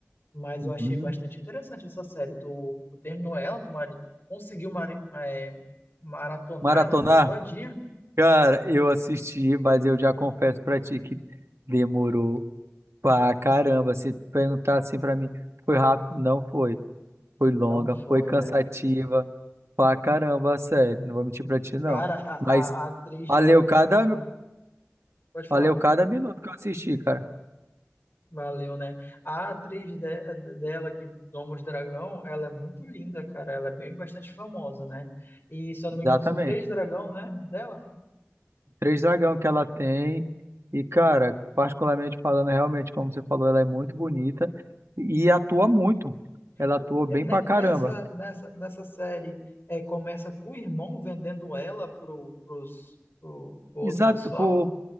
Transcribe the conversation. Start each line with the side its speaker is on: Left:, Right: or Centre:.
Left: Mas
Right: uhum.
Left: eu achei bastante interessante essa série. Tu, tu terminou ela, tu mari- conseguiu mari- eh, maratonar
Right: Maratonar?
Left: ela todinha?
Right: Cara, eu assisti, mas eu já confesso pra ti que demorou. Pá, caramba, se perguntar assim pra mim, foi rápido? Não foi. Foi longa,
Left: Não foi,
Right: foi cansativa.
Left: né?
Right: Pá, caramba, sério, não vou mentir pra ti, não.
Left: Cara, a,
Right: Mas
Left: a, a atriz
Right: valeu
Left: dela
Right: cada,
Left: que doma. Pode falar.
Right: valeu cada minuto que eu assisti, cara.
Left: Valeu, né? A atriz de- dela, que Domus Dragão, ela é muito linda, cara. Ela é bem bastante famosa, né? E, se eu não
Right: Exatamente.
Left: me engano, são três dragão, né? Dela.
Right: Três dragão que ela tem. E, cara, particularmente falando, realmente, como você falou, ela é muito bonita e atua muito. Ela
Left: O-
Right: atua
Left: é,
Right: bem
Left: ne-
Right: pra caramba.
Left: Nessa, nessa, nessa série, é, começa com o irmão vendendo ela pro, pros, pro, pro outro
Right: Exato,
Left: pessoal.
Right: pô,